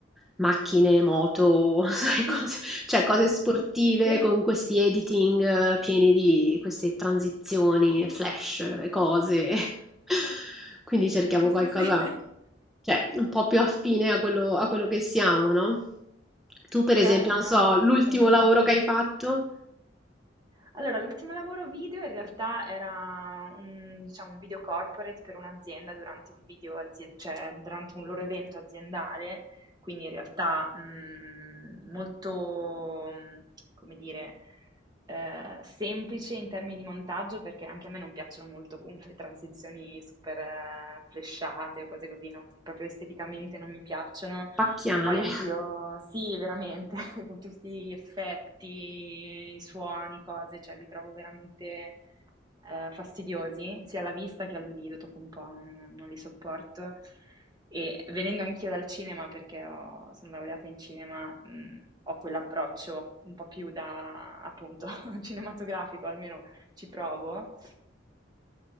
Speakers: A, in the centre; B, on the right.
A: macchine, moto, <laughs> sai,
B: <laughs>
A: cose, cioè, cose sportive
B: Sì, sì,
A: con questi editing eh, pieni di queste transizioni, flash e cose. <laughs> Quindi cerchiamo
B: sì, sì,
A: qualcosa.
B: sì. <laughs>
A: Cioè, un po' più affine a quello, a quello che siamo, no? Tu, per esempio,
B: Chiaro,
A: non
B: no,
A: so,
B: no, assolutamente.
A: l'ultimo lavoro che hai fatto?
B: Allora, l'ultimo lavoro video in realtà era un, diciamo, un video corporate per un'azienda durante un video azien- cioè durante un loro evento aziendale, quindi in realtà mh, molto, mh, come dire, eh, semplice in termini di montaggio, perché anche a me non piacciono molto <laughs> comunque le transizioni super eh, flashate o cose così, non- proprio esteticamente non mi piacciono.
A: Pacchiane.
B: Poi anch'io, sì, veramente, <laughs> con tutti gli effetti, i suoni, cose, cioè li trovo veramente eh, fastidiosi, sia alla vista che all'udito, dopo un po' non, non li sopporto. E venendo anch'io dal cinema, perché ho- sono laureata in cinema, mh, ho quell'approccio un po' più da, appunto, <laughs> cinematografico, almeno ci provo,